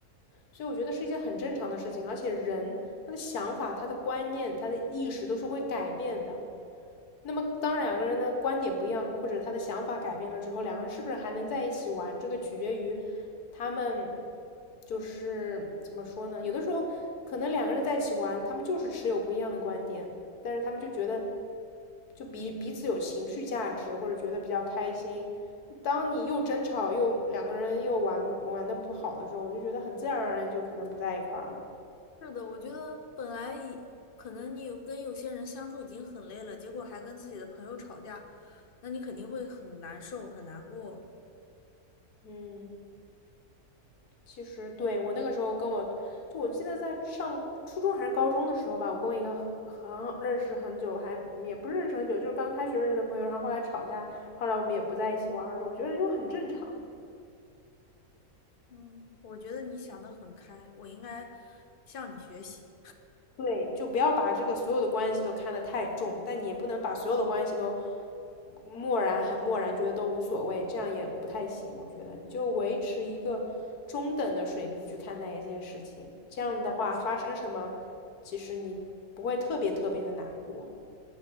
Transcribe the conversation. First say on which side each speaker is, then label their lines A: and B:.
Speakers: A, on the left; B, on the left.
A: 所以我觉得是一件很正常的事情，而且人他的想法、他的观念、他的意识都是会改变的。那么，当两个人的观点不一样，或者他的想法改变了之后，两个人是不是还能在一起玩？这个取决于他们就是怎么说呢？有的时候可能两个人在一起玩，他们就是持有不一样的观点，但是他们就觉得就彼彼此有情绪价值，或者觉得比较开心。当你又争吵又两个人又玩玩的不好的时候，我就觉得很自然而然就可能不在一块儿了。
B: 是的，我觉得本来已可能你有跟有些人相处已经很累了，结果还跟自己的朋友吵架，那你肯定会很难受，很难过。
A: 嗯，其实对我那个时候跟我就我记得在上初中还是高中的时候吧，我跟我一个很认识很久，还也不是认识很久，就是刚开学认识的朋友，然后后来吵架，后来我们也不在一起玩了。我觉得就很正常。
B: 嗯，我觉得你想的很开，我应该向你学习。
A: 对，就不要把这个所有的关系都看得太重，但你也不能把所有的关系都漠然，很漠然，觉得都无所谓，这样也不太行。我觉得你就维持一个中等的水平去看待一件事情，
B: 嗯，
A: 这样的话发生什么，
B: 是的，是的。
A: 其实你不会特别特别的难过。